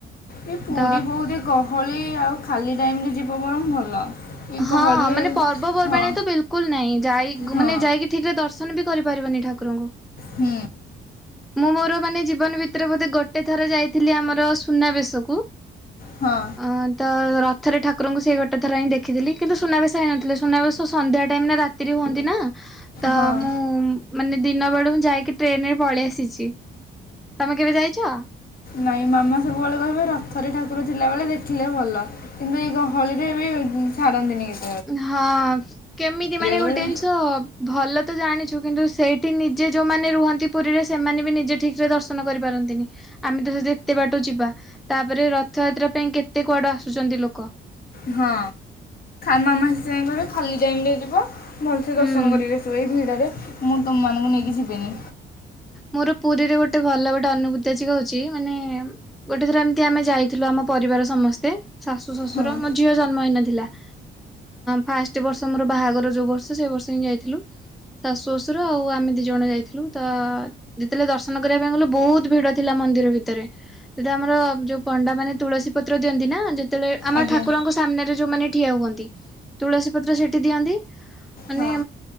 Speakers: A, on the left; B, in the centre.
A: ଏ ପୁରୀ
B: ତ
A: ବହୁତ ଏ ଗହଳି ଆଉ ଖାଲି ଟାଇମ୍ ରେ ଯିବ ବରଂ ଭଲ। ଏ
B: ହଁ
A: ଗହଳିରେ
B: ମାନେ ପର୍ବପର୍ବାଣି
A: ହଁ
B: ତ ବିଲ୍ କୁଲ୍ ନାହିଁ ଯାଇ
A: ହଁ
B: ମାନେ ଯାଇକି ଠିକ୍ ରେ ଦର୍ଶନ ବି କରିପାରିବନି ଠାକୁରଙ୍କୁ।
A: ହୁଁ।
B: ମୁଁ ମୋର ମାନେ ଜୀବନ ଭିତରେ ବୋଧେ ଗୋଟେ ଥର ଯାଇଥିଲି ଆମର ସୁନାବେଶକୁ।
A: ହଁ।
B: ଅ ତ ରଥରେ ଠାକୁରଙ୍କୁ ସେ ଗୋଟ ଥର ହିଁ ଦେଖିଥିଲି। କିନ୍ତୁ ସୁନାବେଶ ହେଇନଥିଲେ ସୁନାବେଶ ସନ୍ଧ୍ୟା ଟାଇମ୍ ରେ ରେ ହୁଅନ୍ତି ନା ତ
A: ହଁ
B: ମୁଁ ମାନେ ଦିନ ବେଳୁ ଯାଇକି ଟ୍ରେନ ରେ ପଳେଇ ଆସିଛି। ତମେ କେବେ ଯାଇଛ?
A: ନାଇଁ ମାମା ସବୁବେଳେ କହିବ ରଥରେ ଠାକୁର ଥିଲାବେଳେ ଦେଖିଲେ ଭଲ। କିନ୍ତୁ ଏଇ ଗହଳି ରେ ବି ଛାଡନ୍ତିନି କିଛି।
B: ହଁ କେମିତି ମାନେ
A: କହିବେ
B: ଗୋଟେ ଜିନିଷ ଭଲ ତ ଜାଣିଛୁ କିନ୍ତୁ ସେଇଠି ନିଜେ ଯୋଉମାନେ ରୁହନ୍ତି ପୁରୀରେ ସେମାନେ ବି ନିଜେ ଠିକ୍ ରେ ଦର୍ଶନ କରିପାରନ୍ତିନି। ଆମେ ତ ସେ ଏତେ ବାଟ ଯିବା। ତାପରେ ରଥଯାତ୍ରା ପାଇଁ କେତେ କୁଆଡୁ ଆସୁଛନ୍ତି ଲୋକ।
A: ହଁ, ମାମା ସେଥିପାଇଁ କହିବ ଖାଲି ଟାଇମ୍ରେ ଯିବ। ଭଲସେ
B: ହୁଁ।
A: ଦର୍ଶନ କରିକି ଆଶିବ ଏଇ ଭିଡ଼ରେ। ମୁଁ ତୁମମାନଙ୍କୁ ନେଇକି ଯିବିନି।
B: ମୋର ପୁରୀରେ ଗୋଟେ ଭଲ ଗୋଟେ ଅନୁଭୂତି ଜିକହୁଛି ମାନେ ଗୋଟେ ଥର ଏମିତି ଆମେ ଯାଇଥିଲୁ ଆମ ପରିବାର ସମସ୍ତେ, ଶାଶୁ ଶ୍ୱଶୁର
A: ହଁ
B: ମୋ ଝିଅ ଜନ୍ମହେଇନଥିଲା। ଫାଷ୍ଟ ବର୍ଷ ମୋର ବାହାଘର ଯୋଉ ବର୍ଷ ସେ ବର୍ଷ ହିଁ ଯାଇଥିଲୁ। ଶାଶୁ ଶଶୁର ଆଉ ଆମେ ଦୁଇ ଜଣ ଯାଇଥିଲୁ ତ ଯେତେବେଳେ ଦର୍ଶନ କରିବା ପାଇଁ ଗଲୁ ବୋହୁତ୍ ଭିଡ ଥିଲା ମନ୍ଦିର ଭିତରେ। ସେଟା ଆମର ଯୋଉ ପଣ୍ଡା ମାନେ ତୁଳସୀ ପତ୍ର ଦିଅନ୍ତି ନା ଯେତେବେଳେ ଆମର
A: ଆଜ୍ଞା
B: ଠାକୁରଙ୍କ ସାମ୍ନାରେ ଯୋଉମାନେ ଠିଆ ହୁଅନ୍ତି ତୁଳସୀ ପତ୍ର ସେଠି ଦିଅନ୍ତି। ମାନେ
A: ହଁ